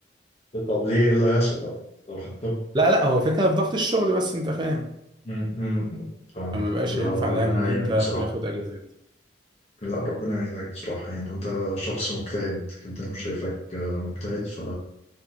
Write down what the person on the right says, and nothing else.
لا لا هو فكرة في ضغط الشغل بس انت فاهم
فما بقاش
ينفع
دايما ان
انت
تاخد اجازات